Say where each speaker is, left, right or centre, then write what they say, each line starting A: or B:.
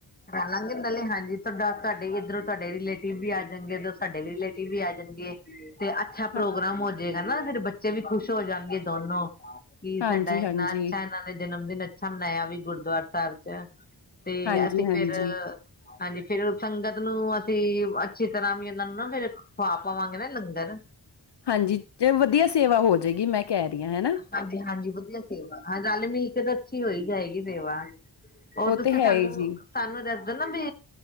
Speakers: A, on the left (about 20°); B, on the left (about 65°).
A: ਰਹਿ ਲਾਂਗੇ ਹਾਂਜੀ ਤੁਹਾਡਾ ਤੁਹਾਡੇ ਇੱਧਰੋਂ ਤੁਹਾਡੇ ਰਿਲੇਟਿਵ ਵੀ ਆ ਜਾਣਗੇ ਉਦੋਂ ਸਾਡੇ ਵੀ ਰਿਲੇਟਿਵ ਵੀ ਆ ਜਾਣਗੇ। ਤੇ ਅੱਛਾ ਪ੍ਰੋਗਰਾਮ
B: ਹਾਂ
A: ਹੋ ਜਾਏਗਾ ਨਾ ਫਿਰ ਬੱਚੇ ਵੀ ਖੁਸ਼ ਹੋ ਜਾਣਗੇ ਦੋਨੋ ਕੀ
B: ਹਾਂਜੀ
A: ਸਾਡਾ ਇੰਨਾ
B: ਹਾਂਜੀ
A: ਅੱਛਾ ਇਹਨਾਂ ਨੇ ਜਨਮ ਦਿਨ ਅੱਛਾ ਮਨਾਇਆ ਵੀ ਗੁਰਦੁਆਰਾ ਸਾਹਿਬ 'ਚ ਤੇ
B: ਹਾਂਜੀ
A: ਅਸੀ
B: ਹਾਂਜੀ
A: ਫਿਰ ਹਾਂਜੀ ਫਿਰ ਸੰਗਤ ਨੂੰ ਅਸੀਂ ਅੱਛੀ ਤਰ੍ਹਾਂ ਵੀ ਉਹਨਾਂ ਨੂੰ ਨਾ ਫੇਰ ਖਵਾ ਪਾਵਾਂਗੇ ਨਾ ਲੰਗਰ
B: ਹਾਂਜੀ ਤੇ ਵਧੀਆ ਸੇਵਾ ਹੋ ਜਾਏਗੀ ਮੈਂ ਕਹਿ ਰਹੀ ਹਾਂ ਹਨਾ
A: ਹਾਂਜੀ-ਹਾਂਜੀ ਵਧੀਆ ਸੇਵਾ ਹਾਂ ਰੱਲ ਮਿਲ ਕੇ ਤਾਂ ਅੱਛੀ ਹੋਈ ਜਾਏਗੀ ਸੇਵਾ, ਹੋਰ
B: ਉਹ
A: ਤੁਸੀਂ
B: ਤੇ
A: ਸਾਨੂੰ-ਸਾਨੂੰ
B: ਹੈ ਹੀ ਜੀ
A: ਦੱ ਵੀ